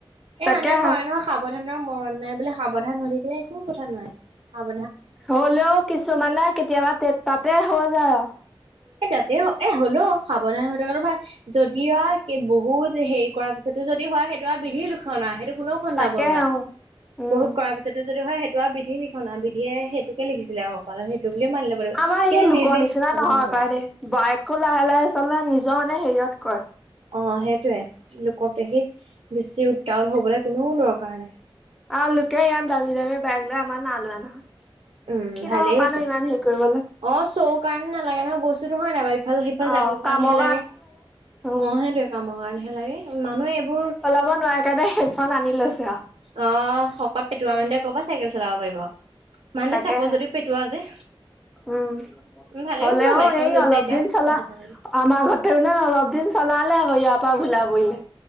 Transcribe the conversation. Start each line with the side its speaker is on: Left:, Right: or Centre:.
Right: এই
Centre: তাকে
Right: মানুহে কয় নহয় সাৱধানৰ মৰণ নাই বোলে সাৱধান হৈ থাকিলে একো কথা নোৱাই। আগ
Centre: হলেও কিছুমানে কেতিয়াবা তে তাতে হৈ যায় আও।
Right: এ তাতে হ এ হলৌ সাৱধান হৈ থকাটো ভাল যদি আ সে বহুত হেৰি কৰাৰ পিছতো যদি হয় সেইটো আ বিধি লোকক্ষন আ সেইটো কোনো খুন্দাব
Centre: তাকে
Right: নোৱাই
Centre: অ উম
Right: বহুত কৰাৰ পিছতো যদি হয় সেইটো আৰু বিধি লিখন আ বিধিয়ে সেইটোকে লিখিছিলে অ কপাল সেইট টো বুলি মানি ল'ব লাগিব।
Centre: আমাৰ
Right: কিন্তু
Centre: এই লোকৰ
Right: নিজে
Centre: নিচিনা
Right: সাৱধান
Centre: নহয়
Right: হব
Centre: পাই
Right: লাগে।
Centre: দেই বাইকো লাহে লাহে চাহে নিজৰ মানে হেৰিয়ত কয়
Right: অ সেইটোয়ে লোকক দেখি বেছি উত্তাল হবলে কোনো দৰকাৰ নাই।
Centre: আ লোকে ইয়াত দামী দামী বেইগ লৈ আমাৰ না লোৱা নহয়।
Right: উম
Centre: কি
Right: ভালেই
Centre: দৰকাৰ
Right: হৈছে
Centre: নো ইমান হেৰি কৰিবলৈ
Right: অ চৌ কাৰণে নালাগে নহয় বস্তুতো হয় নাই বা ভাল সেফাল সিফাল
Centre: অ
Right: যাবৰ
Centre: কামৰ
Right: কাৰণেহে লাগে অ
Centre: উম
Right: সেইটোয়ে কামৰ কাৰণেহে লাগে মানুহে এইবোৰ
Centre: শুব নোৱাৰাৰে কাৰণে হেডফোন আনি লৈছে আৰু
Right: অ' শকত পেটোৱা মানুহে কবা চাইকেল চলাব পাৰিব মানুহে
Centre: তাকেহে
Right: চাব যদিও পেটোৱা যে
Centre: উম।
Right: ভালে
Centre: হ'লে
Right: হৈছে বাৰু
Centre: অ'
Right: বাইকখন
Centre: এই
Right: লৈছে
Centre: অলপ
Right: এতিয়া
Centre: দিন চলা
Right: অহা যোৱা কৰিবলৈ।
Centre: আমা ঘতে ন অলপ দিন চলা হলে <inaudible> পা ঘুলাব ই <unintelligible>